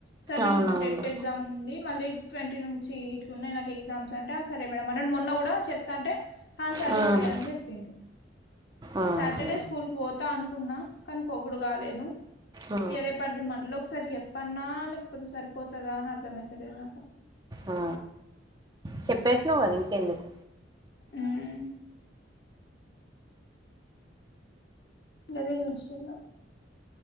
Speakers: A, on the left (about 55°); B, on the right (about 20°).
A: సార్ నాకు
B: అవునవును
A: ఇప్పుడు టెట్ ఎగ్జామ్ ఉంది మళ్ళీ ట్వంటీ నుంచి ఇట్లున్నాయి నాకు ఎగ్జామ్స్ అంట సరే మేడం అన్నాడు మొన్న కూడా చెప్తాంటే సరే
B: హ్మ్
A: సరే అని చెప్పిండు
B: ఆహా
A: సాటర్డే స్కూల్ కు పోతా అనుకున్నా కానీ పో రాలేదు
B: ఆ
A: ఇగ రేపడిది మల్ల ఒకసారి చెప్పన్నా లేకపోతే సరిపోతదా అని అర్థమయతాలేదు నాకు
B: ఆ చెప్పేసినవు కదా ఇంకెందుకు
A: హ్ గాదె చూస్తున్న